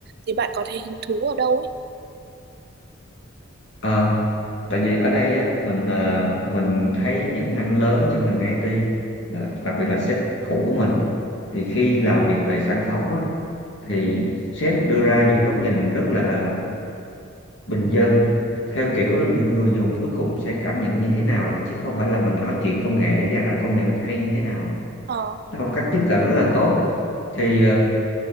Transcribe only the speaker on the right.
Thì bạn có thấy hứng thú ở đâu ấy?
Ờ,